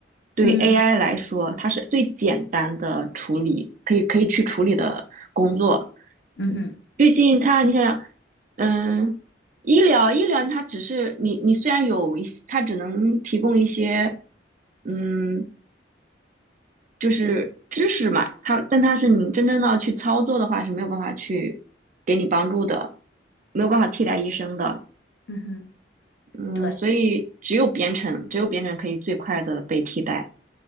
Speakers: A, on the right (about 45°); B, on the left (about 70°).
A: 对
B: 嗯。
A: AI 来说，它是最简单的处理，可以可以去处理的工作。
B: 嗯哼，
A: 毕竟它，你想想，嗯，医疗医疗它只是你你虽然有一些，它只能提供一些，嗯，就是知识嘛，它但它是你真正要去操作的话是没有办法去给你帮助的，没有办法替代医生的。
B: 嗯哼，
A: 嗯，
B: 对
A: 所以只有编程，只有编程可以最快的被替代。